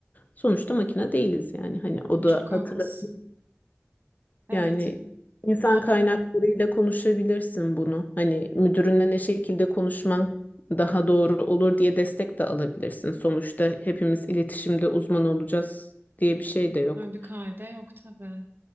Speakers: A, on the left; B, on the right.
A: sonuçta makine değiliz yani. Hani o da
B: Çok
A: hatırla.
B: haklısın. Evet,
A: Yani insan
B: ben
A: kaynaklarıyla konuşabilirsin bunu. Hani müdürünle ne şekilde konuşman daha doğru olur diye destek de alabilirsin. Sonuçta hepimiz iletişimde uzman olacağız diye bir şey de yok.
B: öyle bir kaide yok tabii.